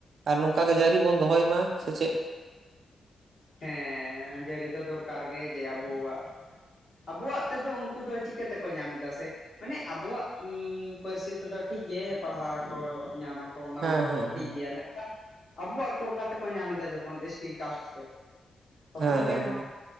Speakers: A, on the right; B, on the left.
A: ᱟᱨ ᱱᱚᱝᱠᱟ ᱜᱮ ᱡᱟᱹᱨᱤ ᱵᱚᱱ ᱫᱚᱦᱚᱭ ᱢᱟ᱾ ᱥᱮ ᱪᱮᱫ!
B: ᱦᱮᱸᱻ ᱡᱟᱹᱨᱤ ᱫᱚ ᱫᱚᱨᱠᱟᱨ ᱜᱮ ᱡᱮ ᱟᱵᱚᱣᱟᱜ᱾ ᱟᱵᱚᱣᱟᱜ ᱛᱮᱫᱚ ᱩᱱᱠᱩ ᱫᱚ ᱪᱤᱠᱟᱹ ᱛᱮᱠᱚ ᱧᱟᱢ ᱮᱫᱟ ᱥᱮ? ᱢᱟᱱᱮ ᱟᱵᱚᱣᱟᱜ ᱯᱟᱹᱨᱥᱤ ᱛᱮᱫᱚ ᱴᱷᱤᱠ ᱜᱮ ᱯᱟᱲᱦᱟᱣ ᱠᱚ ᱧᱟᱢᱟ᱾ ᱚᱱᱟ
A: ᱦᱮᱸ
B: ᱫᱚ
A: ᱦᱮᱸ
B: ᱴᱷᱤᱠ
A: ᱦᱮᱸ
B: ᱜᱮᱭᱟ ᱢᱮᱱᱠᱷᱟᱱ ᱟᱵᱚᱣᱟᱜ ᱠᱳᱴᱟ ᱛᱮᱠᱚ ᱧᱟᱢ ᱮᱫᱟ ᱡᱚᱠᱷᱚᱱ ᱮᱥ ᱴᱤ ᱠᱟᱥᱴ᱾ ᱛᱚᱠᱷᱚᱱ
A: ᱦᱮᱸ ᱦᱮᱸ
B: ᱜᱮ ᱱᱟᱜᱷ
A: ᱦᱮᱸ